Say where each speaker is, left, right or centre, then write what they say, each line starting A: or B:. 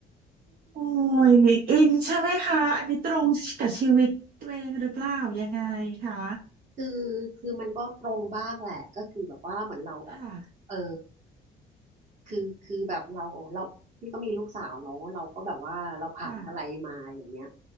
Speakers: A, on the right; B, on the right.
A: โอ้ยอินใช่ไหมคะอันนี้ตรงกับชีวิตตัวเองหรือเปล่ายังไงคะ
B: คือคือมันก็ตรงบ้างแหละก็คือแบบว่าเหมือนเราแบบเออ
A: ค่ะ
B: คือคือแบบเราเราพี่ก็มีลูกสาวเนาะเราก็แบบว่าเราผ่านอะไรมาอย่างเงี้ย
A: ค่ะ